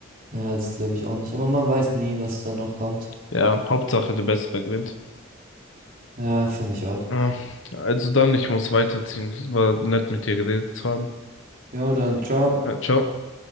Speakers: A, on the right; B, on the left.
A: Ja, das glaube ich auch nicht. Aber man weiß nie, was da noch kommt.
B: Ja, Hauptsache der Bessere gewinnt.
A: Ja, finde ich auch.
B: Ja, also dann, ich muss weiterziehen. Es war nett mit dir geredet zu haben.
A: Jo, dann, ciao.
B: Ja, Ciao.